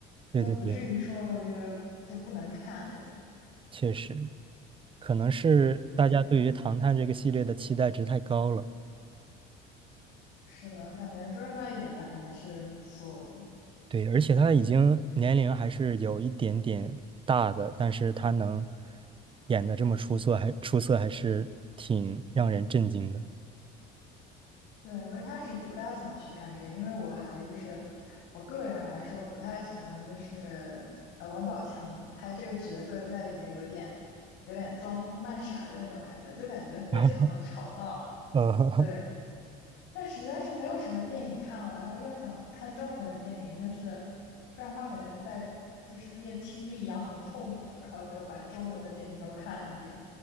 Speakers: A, on the right; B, on the left.
A: 对对对，
B: 就不至于说我就就不能看那种。
A: 确实，可能是大家对于《唐探》这个系列的期待值太高了。
B: 对。是的，感觉周润发演的还是不错的。
A: 对，而且他已经年龄还是有一点点大的，但是他能演的这么出色，还出色，还是挺让人震惊的。
B: 对，我一开始不大想去看这个，因为我还就是我个人来说不太喜欢，就是呃王宝强他这个角色在里面有点有点装疯卖傻的那种感觉，就感觉非常的吵闹。
A: <laughs> 呃，
B: 对。但实在是没有什么电影看了，然后又想看中文电影，就是不然的话感觉在就是练听力一样很痛苦，然后就把中文的电影都看一遍，